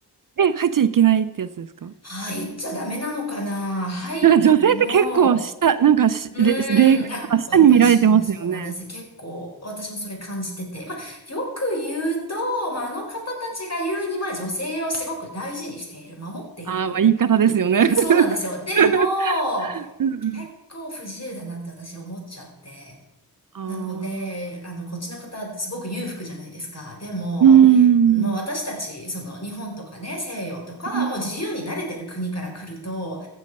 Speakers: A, on the right; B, on the left.
A: え、入っちゃいけないってやつですか
B: 入っちゃダメなのかな入っても、
A: なんか女性って結構下、なんかし、
B: うーん。
A: れ、例外とか下に見られてますよね。
B: あ、私もそうなんです。結構、私もそれ感じてて。まあ、よく言うと、まあ、あの方たちが言うには、女性をすごく大事にしている、守っている。
A: ああー、まあ言い方ですよね。
B: うん、そうなんですよ。でも、
A: <laughs> うんうん
B: 結構不自由だなって私思っちゃって。
A: <laughs> ああ、
B: なので、あの、こっちの方、すごく裕福じゃないですか。でも、
A: うーん。
B: まあ私たち、その、日本とかね、西洋とか、
A: うん
B: もう自由に慣れてる国から来ると、